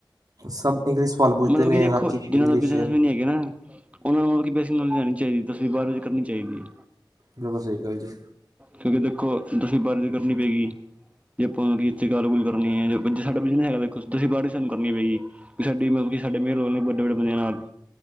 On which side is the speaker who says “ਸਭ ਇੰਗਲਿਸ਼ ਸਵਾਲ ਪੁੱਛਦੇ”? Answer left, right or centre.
Right